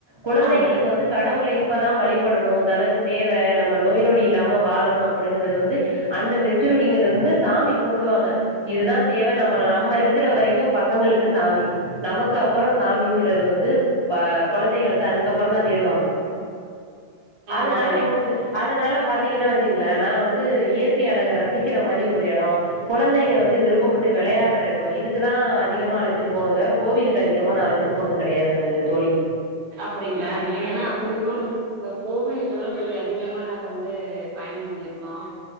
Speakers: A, on the right; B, on the right.
A: குழந்தைங்களுக்கு
B: ஆமா
A: வந்து கடவுளை இப்பதா வழிபடணு தனக்கு தேவ நம்ம நோய் நொடி இல்லாம வாழணு அப்டிங்கறது வந்து அந்த மெச் சூருடிங்கந்து வந் சாமி கும்புடுவாங்க இதுதா தேவ நம்ம நம்ம இருக்கிற வரைக்கு பசங்களுக்கு சாமி நமக்கு அப்புற சாமிங்கிறது வந்து ப கொழந்தைகள் வந்து அதுக்கப்புற தா தேடுவாங்க அதனால
B: ஆமா கண்டிப்பா
A: மோஸ்ட்லி அதனால பாத்தீங்கன்னா வச்சுங்கங்களே நா வந்து இயற்கை அழக ரசிக்கிற மாரி ஒரு எடோ கொழந்தைங்க வந்து விருப்பப்பட்டு வெளையாட்ற எடோ இதுக்குதா அதிகமா அழைச்சிட்டு போனோ தவர கோவிலுக்கு அதிகமான நா அழைச்சிட்டு போனது கெடையாது தோழி
B: அப்படிங்களா என்னன்னா அதிகமா வந்து இந்த கோவிலுக்குதா தோழி அதிகமா நாங்க வந்து பயணோ பண்ணிருக்கோ